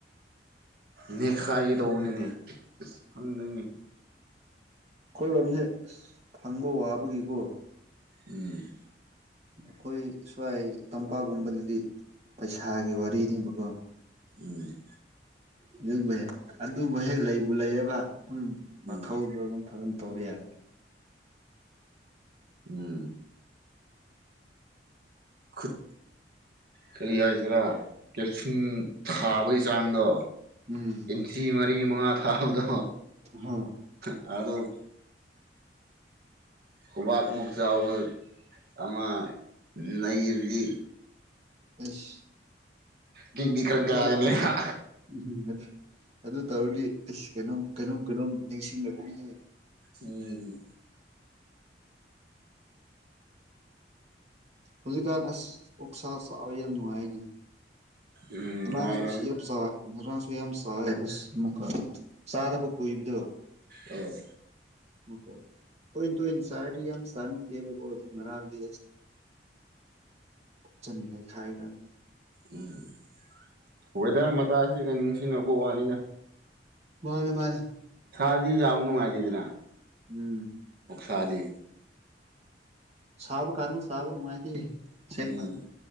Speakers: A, on the right; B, on the right.
A: ꯅꯦꯈꯥꯏꯒꯤꯗꯧꯕꯅꯤꯅꯦ ꯐꯪꯅꯅꯦ
B: ꯑꯩꯈꯣꯏꯔꯣꯝꯁꯦ ꯑꯁ ꯐꯪꯕ ꯋꯥꯕꯒꯤꯀꯣ
A: ꯎꯝ
B: ꯑꯩꯈꯣꯏ ꯁ꯭ꯋꯥꯏ ꯇꯝꯄꯥꯛꯒꯨꯝꯕꯗꯗꯤ ꯄꯩꯁꯥꯒꯤ ꯋꯥꯔꯤꯅꯤꯕꯀꯣ
A: ꯎꯝ
B: ꯑꯗꯨꯕꯨ ꯑꯗꯨꯕꯨ ꯍꯦꯛ ꯂꯩꯕꯨ ꯂꯩꯔꯕ ꯑꯗꯨꯝ ꯃꯊꯧꯗꯣ
A: ꯎꯝ
B: ꯑꯗꯨꯝ ꯐꯖꯅ ꯇꯧꯕ ꯌꯥꯔꯦ
A: ꯎꯝ ꯈꯨꯠ ꯀꯔꯤ ꯍꯥꯏꯁꯤꯔꯥ ꯀꯦꯞꯁꯤꯟ ꯊꯥꯕꯒꯤ ꯆꯥꯡꯗꯣ
B: ꯎꯝ
A: ꯆꯤ ꯃꯔꯤ ꯃꯉꯥ ꯊꯥꯕꯗꯣ
B: ꯍ
A: ꯑꯗꯣ ꯈꯨꯕꯥꯛ ꯃꯨꯛ ꯆꯥꯎꯕ ꯑꯃ ꯅꯩꯔꯗꯤ
B: ꯑꯁ
A: ꯀꯤꯛꯇꯤ
B: ꯗꯨ
A: ꯈꯔ
B: ꯑꯗꯨ
A: ꯀꯥꯒꯅꯦꯕ
B: ꯎꯝ ꯑꯗꯨ ꯑꯗꯨ ꯇꯧꯔꯗꯤ ꯑꯁ ꯀꯩꯅꯣꯝ ꯀꯩꯅꯣꯝ ꯀꯩꯅꯣꯝ ꯅꯤꯡꯁꯤꯡꯂꯛꯀꯅꯤ
A: ꯎꯝ
B: ꯍꯧꯖꯤꯛꯀꯥꯟ ꯑꯁ ꯎꯛꯁꯥ ꯆꯥꯛ ꯌꯥꯝ ꯅꯨꯡꯉꯥꯏꯅꯤ
A: ꯎꯝ
B: ꯉꯥꯔꯥꯡꯁꯨ
A: ꯅꯨꯡꯉꯥꯏꯔꯝꯅꯤ
B: ꯑꯁꯤ ꯌꯞꯆꯥ ꯉꯥꯡꯁꯨ ꯌꯥꯝ ꯆꯥꯏ ꯑꯁ ꯆꯥꯗꯕ ꯀꯣꯏꯕꯗꯣ
A: ꯑꯣ
B: ꯑꯣ ꯐꯣꯏ ꯇꯣꯏ ꯇꯣꯟ ꯆꯥꯔꯗꯤ ꯌꯥꯝ ꯆꯥꯅꯤꯡꯗꯦꯕꯕꯣ ꯑꯗꯨ ꯉꯔꯥꯡꯗꯤ ꯆꯟ ꯈꯥꯏꯒ
A: ꯎꯝ ꯋꯦꯗꯔ ꯃꯇꯥꯏꯁꯤꯒ ꯅꯤꯡꯁꯤꯡꯉꯛꯄ ꯋꯥꯅꯤꯅ
B: ꯃꯥꯅꯦ ꯃꯥꯅꯦ
A: ꯁꯥꯗꯤ ꯌꯥꯝ ꯅꯨꯡꯉꯥꯏꯅꯤꯗꯅ
B: ꯎꯝ
A: ꯑꯣꯛꯁꯥꯗꯤ
B: ꯁꯥꯕ ꯀꯥꯟꯗ ꯆꯥꯕ ꯅꯨꯡꯉꯥꯏꯇꯦ ꯑꯁꯦꯡꯕ
A: ꯎꯝ